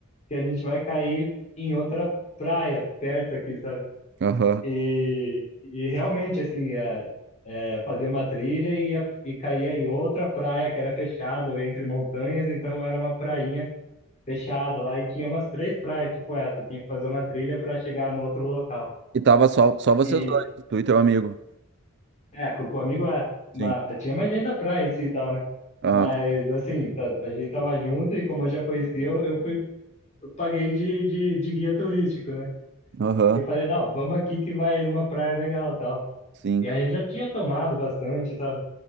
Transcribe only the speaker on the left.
que a gente vai cair em outra praia perto aqui, sabe?
E, e realmente, assim, é, é, fazia uma trilha e, ia- e caía em outra praia que era fechada entre montanhas, então era uma prainha fechada lá e tinha umas três praias tipo essa, tinha que fazer uma trilha para chegar no outro local.
E,
é, com, com o amigo é, mas
tinha mais gente da praia em si e tal, né?
Mas,
assim, tá- a gente tava junto e como eu já conhecia, eu, eu fui eu paguei de, de, de guia turístico, né?
E falei, não, vamos aqui que vai numa praia legal e tal.
E a gente já tinha tomado bastante, sabe?